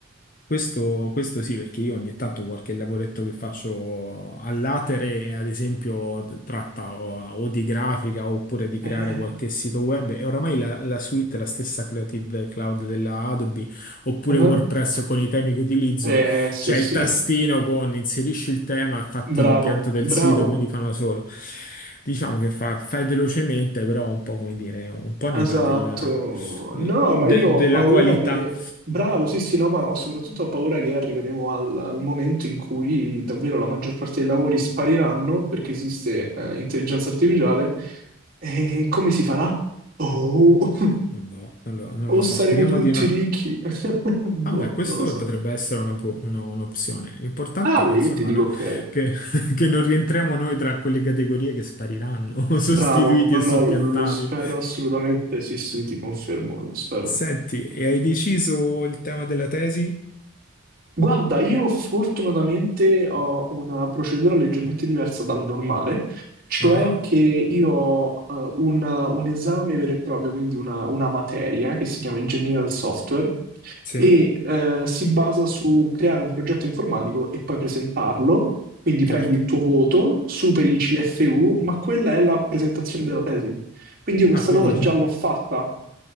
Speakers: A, on the left; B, on the right.
A: Questo, questo sì, perché io ogni tanto qualche lavoretto che faccio all'atere, ad esempio, t- tratta o, o di grafica oppure di creare
B: <laughs>
A: qualche sito web e oramai la, la suite, è la stessa Creative Cloud della Adobe oppure
B: Eh, eh.
A: WordPress con i temi che utilizzo,
B: Eh sì,
A: c'è
B: sì,
A: il tastino con inserisci il tema e fatti
B: bravo,
A: l'impianto del
B: bravo,
A: sito, quindi fanno da solo. Diciamo che fa- fai velocemente, però un po' come dire, un po'
B: esatto.
A: ne va della de-
B: No, ma io ho
A: della
B: paura
A: qualità.
B: che... Bravo, sì, sì, no, ma ho- soprattutto ho paura che arriveremo al, al momento in cui davvero la maggior parte dei lavori spariranno perché esiste eh, intelligenza artificiale. E come si farà? Boh. <laughs>
A: Boh, non lo, non
B: O
A: lo so,
B: saremo
A: speriamo
B: tutti
A: di no.
B: ricchi? <laughs> Boh,
A: Vabbè, questo
B: non lo so.
A: potrebbe essere una po- uno- un'opzione. L'importante
B: Ah, lì
A: è che, insomma,
B: ti dico
A: no-
B: ok.
A: che, <laughs> che non rientriamo noi tra quelle categorie che spariranno, <laughs> sostituiti
B: Bravo, no,
A: e
B: no,
A: soppiantati.
B: lo spero assolutamente, sì, sì, ti confermo, lo spero.
A: Senti, e hai deciso il tema della tesi?
B: Guarda, io fortunatamente ho una procedura leggermente diversa dal normale, cioè
A: Ah,
B: che io ho eh, un, un esame vero e proprio, quindi una, una materia che si chiama Engineering del Software
A: sì,
B: e eh, si basa su creare un progetto informatico e poi presentarlo, quindi
A: certo.
B: prendi il tuo voto, superi i CFU, ma quella è la presentazione della tesi. Quindi io questa
A: Ah, quindi
B: cosa
A: c'è.
B: già l'ho fatta,